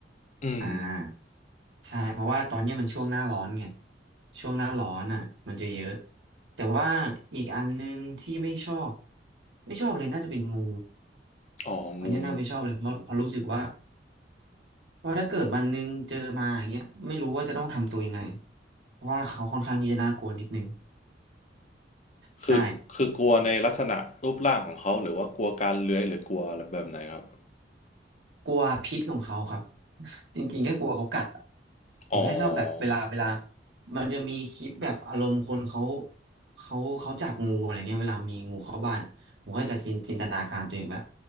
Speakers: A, on the left; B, on the right.
A: อืม
B: อ่า ใช่เพราะว่าตอนเนี้ยมันช่วงหน้าร้อนไงช่วงหน้าร้อนอ่ะมันจะเยอะแต่ว่าอีกอันนึงที่ไม่ชอบไม่ชอบเลยน่าจะเป็นงู
A: อ๋องู
B: อันเนี้ยน่าไปชอบเลยเพราะเพราะรู้สึกว่าว่าถ้าเกิดวันหนึ่งเจอมาอย่างเงี้ยไม่รู้ว่าจะต้องทำตัวยังไงเพราะว่าเขาค่อนข้างที่จะน่ากลัวนิดนึง <laughs>
A: คือคือกลัวในลักษณะรูปร่างของเขาหรือว่ากลัวการเลื้อยหรือกลัวอะไรแบบไหนครับ
B: ใช่ กลัวพิษของเขาครับ <laughs> จริงๆแค่กลัวเขากัดอะผมแค่ชอบแบบเวลาเวลา
A: อ๋อ
B: มันจะมีคลิปแบบอารมณ์คนเขาเขาเขาจับงูอะไรเงี้ยเวลามีงูเข้าบ้านอะผมก็จะจินจินตนาการตัวเองแบบ